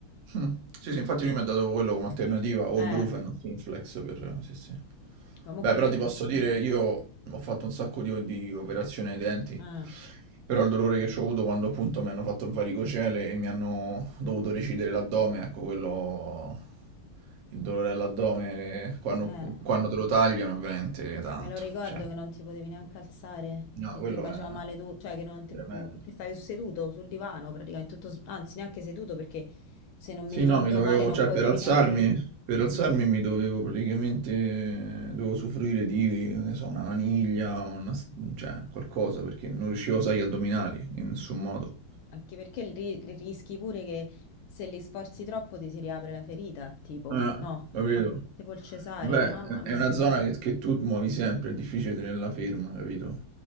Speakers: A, on the right; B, on the left.
A: Mh. Sì, sì, infatti lui mi ha dato quello come alternativa, o
B: eh,
A: il Brufen o Synflex per sì, sì.
B: ma mo
A: Beh,
B: quindi...
A: però ti posso dire, io ho fatto un sacco di o di operazioni ai denti,
B: Eh.
A: però il dolore che c'ho avuto quando appunto mi hanno fatto il varicocele e mi hanno dovuto
B: Mm.
A: recidere l'addome, ecco quello, il dolore all'addome quando
B: Eh.
A: quando te lo tagliano è veramente tanto,
B: Me lo ricordo
A: cioè
B: che non ti potevi neanche alzare,
A: no,
B: che
A: quello
B: ti faceva
A: è
B: male tu, cioè che, non ti-
A: tremendo.
B: mm, che stavi seduto sul divano praticamente, tutto, s- anzi neanche seduto perché se non
A: Sì,
B: mi ricordo
A: no, mi dovevo,
B: male non
A: cioè
B: potevi
A: per alzarmi,
B: neanche,
A: per alzarmi mi dovevo praticamente, dovevo usufruire di, che ne so, una maniglia, una, s- cioè qualcosa, perché non riuscivo a usare gli addominali in nessun modo.
B: anche perché il ri- il rischi pure che se li sforzi troppo ti si riapre la ferita, tipo,
A: Eh,
B: no,
A: capito?
B: tipo il cesareo,
A: Beh,
B: mamma mia.
A: è è una zona che, che tu muovi sempre, è difficile tenerla ferma, capito?